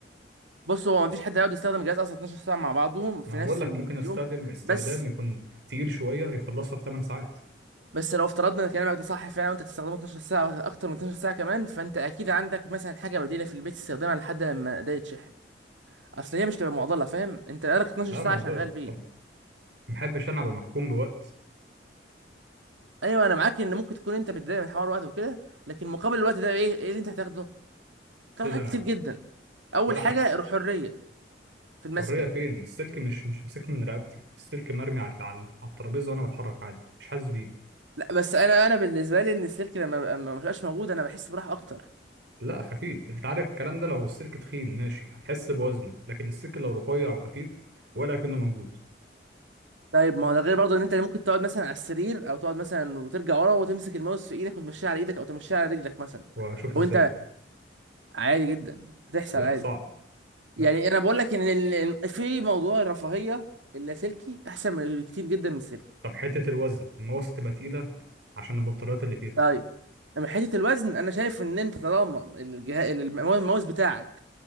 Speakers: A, on the right (about 85°); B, on the right (about 65°).
A: بص هو مفيش حد هيقعد يستخدم الجهاز اصلا 12 ساعه مع بعضهم في
B: ما أنا
A: نفس
B: بقول لك
A: اليوم
B: ممكن استخدم استخدام
A: بس
B: يكون تقيل شويه يخلصها في 8 ساعات
A: بس لو افترضنا ان كلامك ده صح فعلا وانت تستخدمه 12 ساعه أو اكتر من 12 ساعه كمان فانت اكيد عندك مثلا حاجه بديله في البيت تستخدمها لحد لما ده يتشحن اصل هي مش تبقى معضله فاهم انت بقالك 12
B: لا
A: ساعه
B: معضله
A: شغال بيه
B: طب ما بحبش انا ابقى محكوم بوقت
A: ايوه انا معاك ان ممكن تكون انت بتضايق من حوار الوقت وكده لكن مقابل الوقت ده ايه ايه اللي انت هتاخده؟ تاخد
B: ايه
A: حاجات
B: ده انا
A: كتير
B: أقعد؟
A: جدا اول
B: ولا
A: حاجه
B: حاجه
A: الحريه في المسكه
B: حريه فين السلك مش مش مسكني من رقبتي السلك مرمي على على على الترابيزه وانا بتحرك عادي مش حاسس بيه
A: لا بس انا انا بالنسبه لي ان السلك لما بقى- ما بقاش موجود انا بحس براحه اكتر
B: لا خفيف انت عارف الكلام ده لو السلك تخين ماشي هتحس بوزني لكن السلك لو رفيع وخفيف ولا كأنه موجود
A: طيب ما هو ده غير برضه ان انت ممكن تقعد مثلا على السرير او تقعد مثلا وترجع ورا وتمسك الماوس في ايدك وتمشيه على ايدك او تمشيه على رجلك مثلا
B: واشوف ازاي
A: لو انت عادي جدا بتحصل
B: لا
A: عادي
B: صعب
A: يعني
B: لا
A: انا بقول لك ان ال- إن في موضوع الرفاهيه اللاسلكي احسن من كتير جدا من السلكي
B: طب حته الوزن المواسط تبقى تقيله عشان البطاريات اللي فيها
A: طيب من حته الوزن انا شايف ان انت طالما الجهاز الماوس بتاعك